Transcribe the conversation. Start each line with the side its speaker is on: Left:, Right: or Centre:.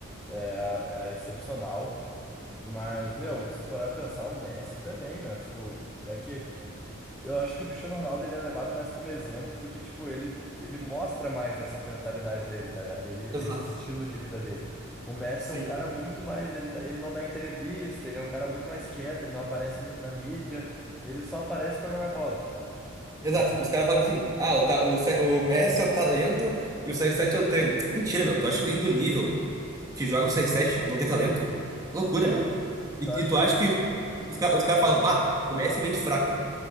Centre: é, é excepcional. Mas, meu, se tu parar pra pensar, o Messi também, meu, tipo, é que eu acho que o Cristiano Ronaldo ele é levado mais como exemplo porque, tipo, ele, ele mostra mais essa mentalidade dele, tá ligado? Ele,
Right: Exato.
Centre: esse estilo de vida dele. O Messi
Right: Sim.
Centre: é um cara muito mais, ele, tá- ele não dá entrevista, ele é um cara muito mais quieto, ele não aparece muito na mídia, ele só aparece pra jogar bola.
Right: Exato.
Centre: Mas,
Right: Os caras falam assim: ah, o, ta- o, C- o Messi é o talento e o CR7 é o treino. Mentira, meu. Tu acha que alguém do nível que joga o CR7 não tem talento? Loucura,
Centre: é,
Right: meu.
Centre: então
Right: E,
Centre: acho
Right: e tu
Centre: que
Right: acha
Centre: alguém
Right: que os, ca- os caras falam: bah, o Messi é mente fraca.